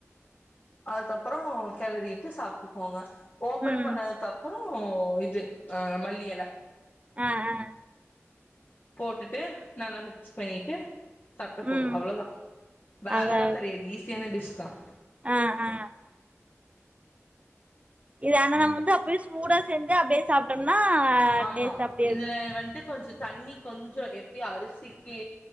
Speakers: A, on the left; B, on the right.
A: அதுக்கப்றொ கெளறிட்டு சாப் ட்டுக்கோங்க ஓபன்
B: ம்
A: பண்ணதுக்கு அப்பறொ ஓ இது அ மல்லி எல
B: ஆ ஆ
A: போட்டுட்டு நல்லா மிக்ஸ் பண்ணிட்டு சாப்ட்டா போதும்
B: ம்
A: அவ்ளோதா வேலல்லா
B: அதாவது
A: கெடையாது ஈஸியான டிஷ் சாப்
B: ஆ ஆ இது ஆனா நம்ப வந்து அப்பயே சூடா செஞ்சு அப்டே சாப்ட்டொன் ன்னா
A: ஆமா
B: டேஸ்ட் அப்டே இருக்கும்
A: இதுல வந்ட்டு கொஞ்சோ தண்ணி கொஞ்சொ எப் ப்பிடி அரிசிக்கி